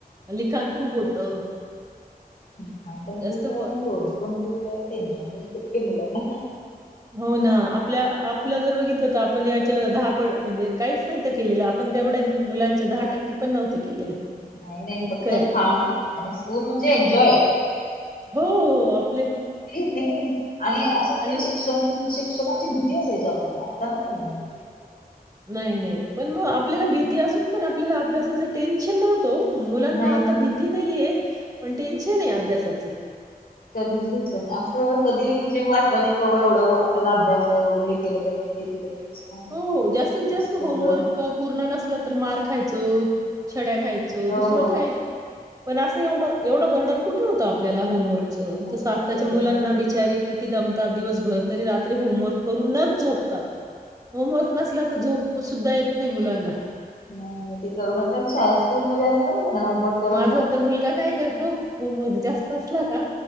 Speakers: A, on the right; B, on the left.
A: लीखान खूप होतं
B: दुान पण
A: जास्त
B: खूप
A: व
B: आहे रोजी पण खूप आहे टेन्शन पण खूप आहे मुलाला
A: हो ना. आपल्या आपलं जर बघितलं आपण या दहा पण म्हणजे काहीच नाहीत केलेलं आपण तेवढ्या मुलांच्या दहा टक्के पण नव्हतं केलेलं
B: नाही नाही
A: इतकं
B: फक्त
A: आहे
B: खाणे
A: आता.
B: आणि स्ूर म्हणजे एन्जॉय
A: हो हो आपले
B: नाही आणि असं म्हणजे
A: अन
B: शिक्षण प्रिककांची भीती असायची आपल्याला आता नाहीला मा
A: नाही नाही पण मग आपल्याला भीती असून पण आपल्याला अभ्यासाचं टेन्शन नव्हतं मुलांना
B: नाही
A: आता
B: नाही
A: भीती नाहीये पण टेन्शन आहे अभ्यासाचं
B: कधीच घेतलं नाही असं कधी म्हणजे वाटलं नाही कि बाबा एवढं आपल्याला अभ्यास आहे एवढं हे केलं पाहिजे ते केलं पाहिजे असं काय नाही.
A: हो जास्तीत जास्त
B: मस्त
A: होमवर्क
B: ग
A: पूर्ण नसलं तर मार् खायचं छड्या खायच
B: हो
A: दुसरं
B: हो हो.
A: काय पण असं एवढं एवढं बर्डन कुठे हों आपल्याला होमवर्क
B: नाही
A: तस आत्ताच्या
B: एवढं
A: मुलांना
B: नाही
A: बिचारीे किती दमतात दिवसभर तरी रात्री होमवर्क करून नच झोपतात होमवर्क नसला तर झोप सुद्धा आहेत नाही मुलांना
B: नाही नाही ते करू नदम स् स्कूमध्येध्ये असत का ना होमवर्क करून
A: माझा
B: यावं.
A: तर मुलगा काय करतो होमवर्क जास्त असला का